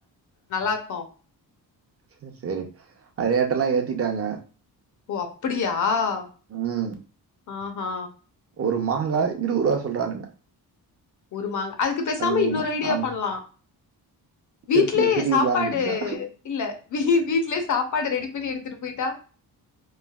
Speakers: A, on the left (about 50°); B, on the right (about 35°).
A: நல்லா இருக்கு.
B: சேரி சேரி. அதெயாட்ட எல்லா ஏத்திட்டாங்க.
A: ஓ அப்படியா. ஆ.
B: ம்
A: ஆஹஹா.
B: ஒரு மாங்காய் இருவது ரூபா சொல்றான்னுங்க.
A: ஒரு மாங்கா அதுக்கு பேசாம
B: ஒரு
A: இன்னொரு
B: மா
A: ஐடியா
B: ஆமா
A: பண்லா. வீட்லயே
B: திருட்டு திடீர்லான்னு
A: சாப்பாடு
B: இருந்தா
A: இல்ல வீ வீட்லயே சாப்பாடு ரெடி பண்ணி எடுத்துட்டு போயிட்டா.